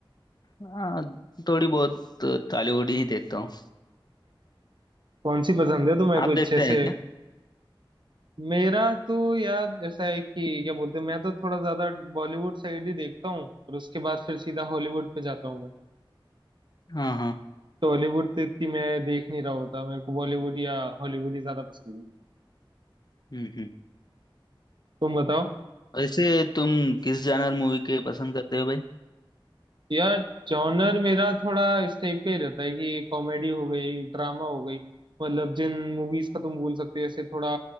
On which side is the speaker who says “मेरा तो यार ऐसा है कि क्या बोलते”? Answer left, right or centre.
Right